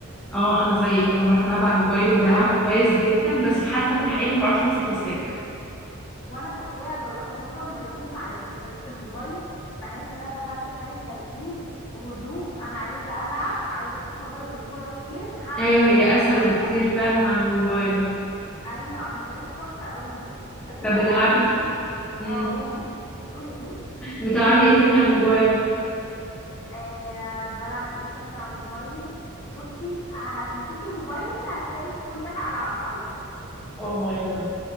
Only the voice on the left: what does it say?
بجد
وانا في الحقيقه جربت مره ومرتين ما عرفتش بس في الموبايل بحس ان انا دخلت في حاله تركيز وهدوء انا عايزه العب عايزه اشوف هضرب الكره فين هعمل
ايه
واقعد
اجرب
ايوه على الموبايل تحفه قوي طب ايه
الالعاب
اللي انتي
اه قولي قولي ايه
آه بلعب ايه تاني على الموبايل بصي هتمسكي موبايلي هتلاقي كلها العاب حرب